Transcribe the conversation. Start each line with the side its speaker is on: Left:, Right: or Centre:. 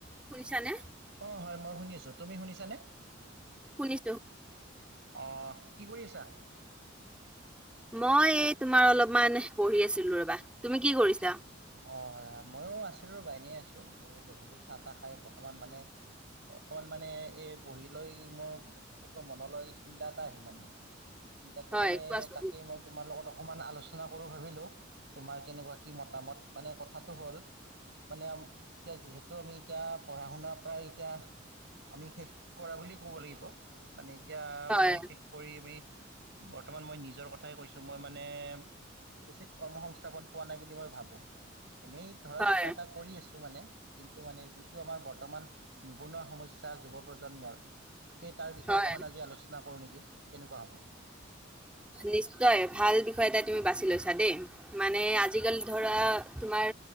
Centre: শুনিছানে?
Right: অঁ হয়ঁ মই শুনি আছো, তুমি শুনিছানে?
Centre: শুনিছোঁ।
Right: অঁ কি কৰি আছা?
Centre: মই এই তোমাৰ অলপমান পঢ়ি আছিলো ৰবা, তুমি কি কৰিছা?
Right: অঁ হয়ঁ হয়ঁ ময়ো আছিলো বা‌ এনেনে আছো এই গধূলি চাহ তাহ খাই বৰ্তমান মানে- অকমান মানে এই বহি লৈ মোৰ ঘপকৈ মনলৈ চিন্তা এটা আহিল মানে। চিন্তাটো
Centre: হয়
Right: মানে
Centre: কোৱাচোন।
Right: তাকেই মই- তোমাৰ লগত অকমান আলোচনা কৰো ভাবিলো তোমাৰ কেনেকুৱা কি মতামত মানে কথাটো হ'ল- মানে এতিয়া যিহেতু আমি এতিয়া পঢ়া শুনাৰ পৰাই এতিয়া- আমি শেষ কৰা বুলি ক'ব লাগিব। মানে এতিয়া
Centre: হয়,
Right: মানে শেষ- কৰি আমি বৰ্তমান মই নিজৰ কথাই কৈছোঁ মই মানে। উচিত কৰ্ম সংস্থাপন পোৱা নাই বুলি মই ভাবো। এনেই ধৰ
Centre: হয়,
Right: কিবা এটা কৰি আছো মানে। কিন্তু মানে যিটো আমাৰ বৰ্তমান নিবনুৱা সমস্যা যুৱ প্ৰজন্মৰ- সেই তাৰ বিষয়ে
Centre: হয়।
Right: অকণমান আজি আলোচনা কৰো নেকি কেনেকুৱা হ'ব?
Centre: নিশ্চয় ভাল বিষয় এটা তুমি বাছি লৈছা দেই। মানে আজিকালি ধৰা তোমাৰ